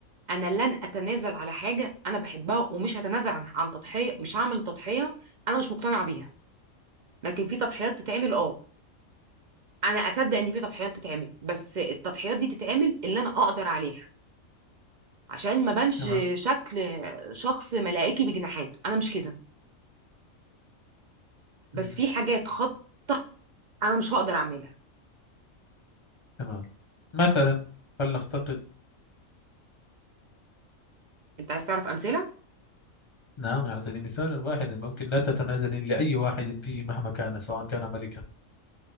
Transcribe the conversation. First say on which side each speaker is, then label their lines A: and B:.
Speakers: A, on the right; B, on the left.
A: انا لن اتنازل على حاجه انا بحبها ومش هتنازل عن عن تضحيه مش هعمل تضحيه انا مش مقتنعه بيها لكن في تضحيات تتعمل اه انا اصدق ان في تضحيات تتعمل بس التضحيات دي تتعمل اللي انا اقدر عليها عشان ما بانش
B: تمام
A: شكل شخص ملائكي بجناحات انا مش كده بس
B: مم.
A: في حاجات خط انا مش هقدر اعملها
B: تمام مثلا فلنفترض
A: انت عايز تعرف امثله
B: نعم يعطيني مثالا واحدا ممكن لا تتنازلين لأي واحد فيه مهما كان سواء كان ملكا